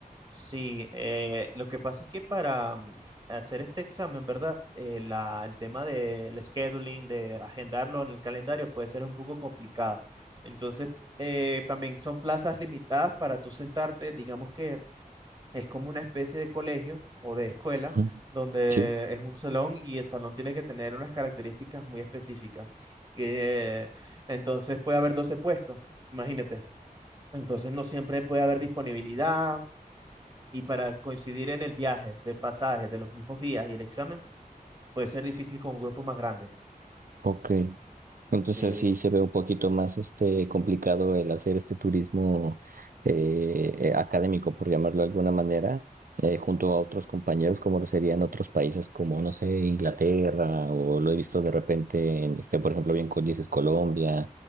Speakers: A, on the right (about 30°); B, on the right (about 70°).
A: Sí, eh, lo que pasa es que para mm, hacer este examen, ¿verdad? Eh, la- el tema del scheduling, de agendarlo en el calendario, puede ser un poco complicado. Entonces, eh, también son plazas limitadas para tú sentarte, digamos que es como una especie de colegio o de escuela,
B: Ujú.
A: donde
B: Sí,
A: es un salón y el salón tiene que tener unas características muy específicas. Eh, entonces, puede haber 12 puestos, imagínate. Entonces no siempre puede haber disponibilidad y para coincidir en el viaje, del pasaje, de los mismos días y el examen, puede ser difícil con un grupo más grande.
B: ok. Entonces
A: Sí,
B: sí se ve un poquito más este complicado el hacer este turismo eh, eh, académico, por llamarlo de alguna manera, eh, junto a otros compañeros, como lo serían otros países como, no sé, Inglaterra, o lo he visto de repente en este, por ejemplo, bien con dices Colombia,